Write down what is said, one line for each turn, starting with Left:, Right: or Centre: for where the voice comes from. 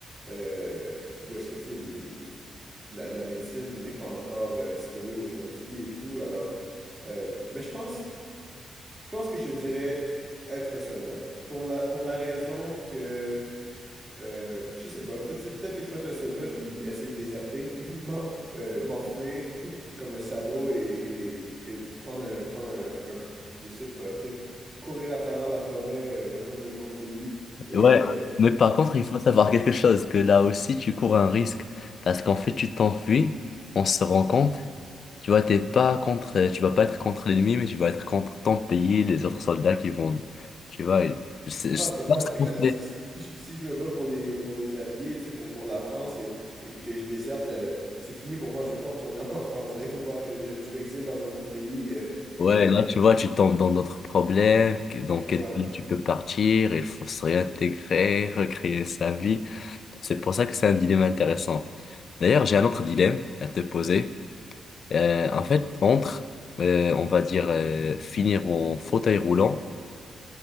Right: Euh, ou est-ce que tu sais, les, les la, la médecine n'est pas encore euh, ce qu'elle est aujourd'hui et tout. Alors, euh, mais je pense, je pense que je te dirais être un soldat. Pour la, pour la raison que, euh, je sais pas, peut-être peut-être que je peux être un soldat puis essayer de déserter, <laughs> m'en- euh, m'enfuir <laughs> comme un salaud et, et, et prendre un, prendre un, un- je sais pas, tu sais, courir à travers la forêt, euh, rejoindre un autre pays et,
Left: Ouais,
Right: euh,
Left: mais par contre, il faut savoir quelque chose, que là aussi, tu cours un risque. Parce qu'en fait, tu t'enfuis, on se rend compte, tu vois, t'es pas contre, euh, tu vas pas être contre l'ennemi, mais tu vas être contre ton pays, les autres soldats qui vont, tu vois, et c'est- je
Right: Ah,
Left: sais
Right: c'est clair,
Left: pas ce
Right: c'est clair.
Left: qu'on fait.
Right: Si, si- si je, si je me bats pour les, pour les Alliés, tu sais, pour, pour la France et, et que je déserte, euh, c'est fini pour moi. Je ne peux pas retourner <laughs> en France. hein. Il faut voir que je, je m'exile dans un autre pays euh, et
Left: Ouais,
Right: que.
Left: là, tu vois, tu tombes dans d'autres problèmes, que- dans quel
Right: ouais.
Left: pays tu peux partir, il faut se réintégrer, recréer sa vie. C'est pour ça que c'est un dilemme intéressant. D'ailleurs, j'ai un autre dilemme à te poser. Euh, en fait, entre, euh, on va dire, euh, finir en fauteuil roulant